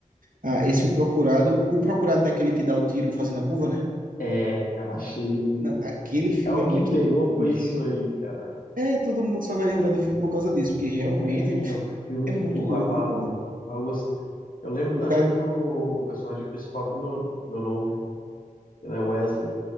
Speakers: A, on the right; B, on the left.
A: Ah, esse O Procurado. O Procurado é aquele que dá o tiro fazendo a curva, né?
B: É, cara, achei.
A: Não, aquele filme
B: É o
A: é muito
B: que pegou
A: louco, bicho.
B: foi isso aí, cara.
A: É, todo mundo só vai lembrar do filme por causa disso, porque realmente
B: É,
A: <laughs>
B: o filme
A: é
B: que
A: muito
B: curva
A: louco,
B: a bala.
A: pô.
B: Mas eu gostei. Eu lembro
A: O
B: também
A: cara.
B: que o personagem principal tem meu, meu nome, ele é Wesley.